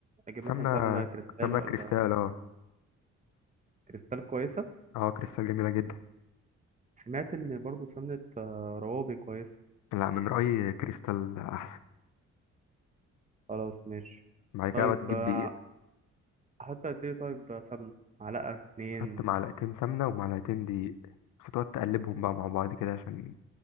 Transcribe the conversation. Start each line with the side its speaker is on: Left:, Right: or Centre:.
Right: اجيب مثلا
Left: سمنة
Right: سمنه كريستال
Left: سمنة
Right: ولا
Left: كريستال اه
Right: كريستال كويسه
Left: اه كريستال جميلة جدا
Right: سمعت ان برضو سمنه آه، روابي كويسه
Left: لا من رأيي كريستال أحسن
Right: خلاص ماشي
Left: بعد كده
Right: طيب
Left: بقى تجيب
Right: آه،
Left: دقيق
Right: احط قد ايه طيب سمنة معلقة اتنين
Left: حط معلقتين سمنة ومعلقتين دقيق بس تقعد تقلبهم بقى مع بعض كده عشان